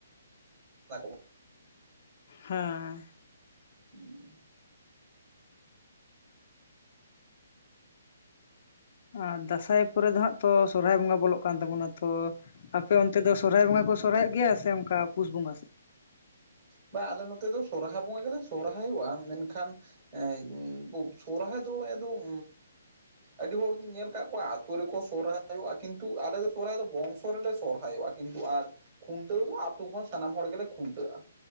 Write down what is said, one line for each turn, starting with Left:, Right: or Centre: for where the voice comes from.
Right: <inaudible>
Left: ᱦᱮᱸ᱾
Right: <inaudible>
Left: ᱟᱸ ᱫᱟᱸᱥᱟᱭ ᱯᱚᱨᱮ ᱫᱚ ᱦᱟᱸᱜ ᱛᱚ ᱥᱚᱨᱦᱟᱭ ᱵᱚᱸᱜᱟ ᱵᱚᱞᱚᱜ ᱠᱟᱱ ᱛᱟᱵᱚᱱᱟ ᱛᱚ ᱟᱯᱮ ᱚᱱᱛᱮ ᱫᱚ ᱥᱚᱨᱦᱟᱭ ᱵᱚᱸᱜᱟ ᱠᱚ ᱥᱚᱨᱦᱟᱭᱚᱜ ᱜᱮᱭᱟ ᱥᱮ ᱚᱱᱠᱟ ᱯᱩᱥ ᱵᱚᱸᱜᱟ ᱥᱮᱫ?
Right: ᱵᱟ ᱟᱞᱮ ᱱᱚᱛᱮ ᱫᱚ ᱥᱚᱨᱦᱟᱭ ᱵᱚᱸᱜᱟ ᱜᱮᱞᱮ ᱥᱚᱨᱦᱟᱭᱚᱜᱼᱟ, ᱢᱮᱱᱠᱷᱟᱱ ᱮᱸ ᱥᱚᱨᱦᱟᱭ ᱫᱚ ᱮᱫᱚᱢ ᱟᱹᱰᱤ ᱦᱚᱲ ᱫᱩᱧ ᱧᱮᱞ ᱠᱟᱜ ᱠᱚᱣᱟ ᱟᱛᱳ ᱨᱮᱠᱚ ᱥᱚᱦᱨᱟᱭᱚᱜᱼᱟ ᱠᱤᱱᱛᱩ ᱟᱞᱮ ᱫᱚ ᱥᱚᱦᱨᱟᱭ ᱫᱚ ᱵᱚᱝᱥᱚ ᱨᱮᱞᱮ ᱥᱚᱨᱦᱟᱭᱚᱜᱼᱟ᱾ ᱠᱤᱱᱛᱩ ᱟᱨ ᱠᱷᱩᱱᱴᱟᱹᱣ ᱫᱚ ᱟᱛᱳ ᱠᱷᱚᱱ ᱥᱟᱱᱟᱢ ᱦᱚᱲ ᱜᱮᱞᱮ ᱠᱷᱩᱱᱴᱟᱹᱜᱼᱟ᱾